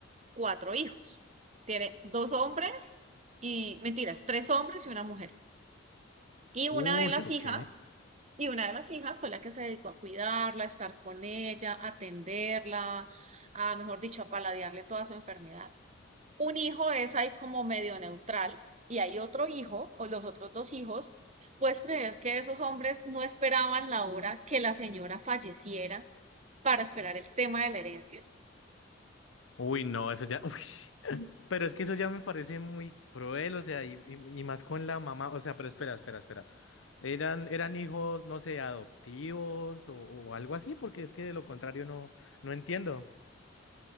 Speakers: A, on the right; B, on the left.
A: cuatro hijos. Tiene dos hombres y, mentiras, tres hombres y una mujer. Y una
B: Uy,
A: de las
B: ok.
A: hijas, y una de las hijas fue la que se dedicó a cuidarla, a estar con ella, a atenderla, a, mejor dicho, a paladearle toda su enfermedad. Un hijo es ahí como medio neutral y hay otro hijo o los otros dos hijos. Puedes creer que esos hombres no esperaban la hora que la señora falleciera para esperar el tema de la herencia.
B: Uy, no, eso ya. <laughs> Uy. Pero es que eso ya me parece muy cruel, o sea, y, y y más con la mamá. O sea, pero espera, espera, espera. Eran, eran hijos, no sé, adoptivos o, o algo así, porque es que de lo contrario no, no entiendo.